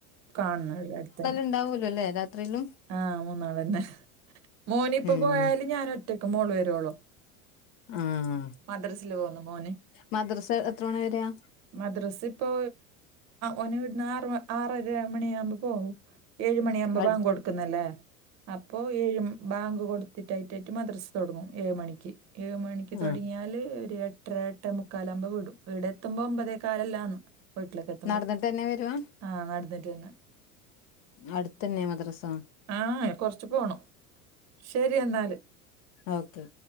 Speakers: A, on the right (about 35°); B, on the left (about 55°).
A: കാൺണ അവ്ടെ അട്ത്തന്നെ
B: ഇണ്ടാവൂലെല്ലെ രാത്രിലും
A: ആഹ് മൂന്നാളന്നെ മോനിപ്പപോയാല്
B: ഉം
A: ഞാൻ ഒറ്റയ്ക്ക് മോള് വരുവോള
B: ആഹ്
A: മദ്രസില് പോവ്ന്നു മോന്
B: മദ്രസ എത്ര മണി വരെയാ?
A: മദ്രാസി ഇപ്പോ ഓൻ ഇടുന്ന് ആറ് ആറര മണിയാകുമ്പോൾ പോവും. എഴുമണിയാമ്പോ
B: ആഹ്
A: ബാങ്ക് കൊടുക്കുന്നല്ലേ അപ്പോ ഏഴ് ബാങ്ക് കൊടു തിറ്റായിറ്റായിട്ട് മദ്രസ് തുടങ്ങും. എഴു മണിക്ക് ഏഴ് മണിക്ക് തുടങ്ങിയാല്
B: ആഹ്
A: ഒരു എട്ടര എട്ടേമുക്കാലാവുമ്പോ വിടും വീടെത്തുമ്പോ ഒമ്പതേക്കാലല്ലാന്ന് വീട്ടിലേക്കെത്തുമ്പോ
B: നടന്നിട്ട് തന്നെ വരുവാ
A: ആ നടന്നിട്ടെന്നെ.
B: അടുത്തെന്നെയാ മദ്രസ?
A: ആ എ കൊർച്ച് പോണം ശരി എന്നാല്
B: ഓക്കെ